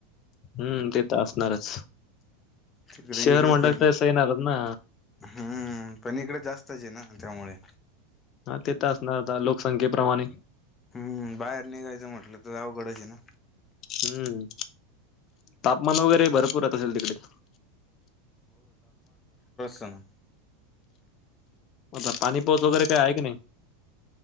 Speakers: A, on the left (about 45°); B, on the left (about 20°).
A: हम्म ते तर असणारच
B: तिकडे
A: शहर
B: इकडे
A: म्हणलं
B: फिरण
A: ते येणारच ना.
B: हम्म पण इकडे जास्तची आहे ना त्यामुळे
A: तेेत असणार लोकसंख्येप्रमाणे
B: हम् बाहेर निघायचं म्हटलं तरवघडच आहे ना.
A: हम्म तापमान वगैरे भरपूर यत असेल तिकडे
B: सण.
A: आता पाणीपोत वगैरे काही आहे की नाही.